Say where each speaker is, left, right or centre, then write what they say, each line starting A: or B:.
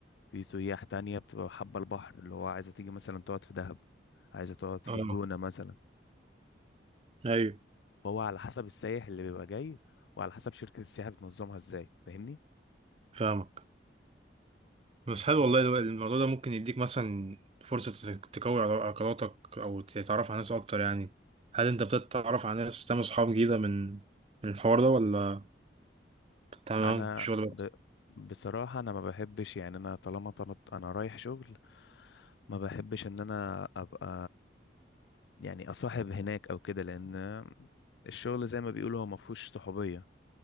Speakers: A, on the left; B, on the right.
A: في سياح تانية بتبقى حابة البحر اللي هو عايزة تيجي مثلا تقعد في دهب عايزة تقعد
B: اه
A: في الجونة مثلا
B: ايوه
A: هو على حسب السائح اللي بيبقى جاي وعلى حسب شركة السياحة بتنظمها ازاي فاهمني
B: فاهمك بس حلو والله الو- الموضوع ده ممكن يديك مثلا فرصة تك- تقوي علا- علاقاتك أو تتعرف على ناس أكتر يعني هل أنت بتتعرف على ناس تعمل صحاب جديدة من من الحوار ده ولا تمام
A: انا
B: في الشغل بس؟
A: ب... بصراحة انا ما بحبش يعني انا طالما طلعت انا رايح شغل ما بحبش ان انا ابقى يعني اصاحب هناك او كده لان الشغل زي ما بيقولوا هو ما فيهوش صحوبية